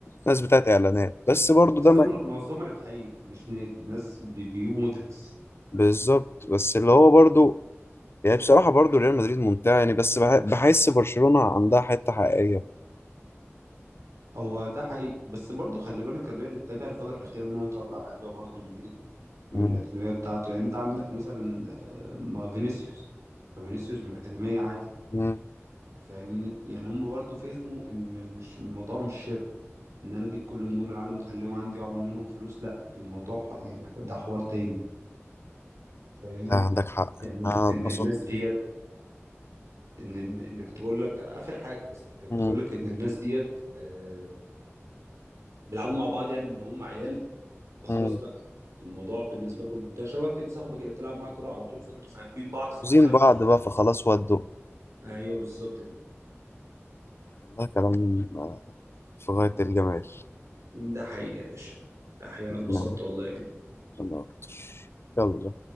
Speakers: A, on the left (about 55°); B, on the right (about 80°).
A: ناس بتاعت اعلانات بس برضه
B: تحسها
A: ده ما...
B: من- منظمه ربحيه مش نادي ناس بي- بيجيبوا موديلز
A: بالظبط بس اللي هو برضه يعني بصراحه برضه ريال مدريد ممتع يعني بس بح... بحس برشلونة عندها حته حقيقيه
B: هو ده حقيقي بس برضه خلي بالك الريال اتجه الفتره الاخيره ان هو يطلع لعيبه برضه من ايه من
A: مم.
B: الأكاديمية بتاعته يعني أنت عندك مثلا آه، ما فينيسيوس ما فينيسيوس من الأكاديمية عادي
A: مم.
B: فاهمني يعني هم برضو فهموا إن مش الموضوع مش شراء إن أنا أجيب كل نجوم العالم وأخليهم عندي وأعمل منهم فلوس لأ الموضوع ح- يعني ح- ده حوار تاني فاهمني
A: آه، عندك حق
B: إن
A: أنا
B: إن
A: اتبسطت
B: الناس ديت إن إن إن كنت بقول لك آخر حاجة بس يعني كنت
A: مم.
B: بقول لك إن الناس ديت آه، بيلعبوا مع بعض يعني من هم عيال فخلاص
A: مم.
B: بقى الموضوع بالنسبة لهم منتهي شبه كده صاحبك اللي بتلعب معاه كورة على طول فأنتوا فاهمين بعض فمحدش
A: عاوزين
B: عارف
A: بعض
B: قصاده
A: بقى فخلاص ودوا
B: ايوه بالظبط كده
A: والله كلام آه، في غاية الجمال
B: ده حقيقي يا باشا ده حقيقي انا اتبسطت
A: نعم
B: والله جدا
A: أنا أكتر. يلا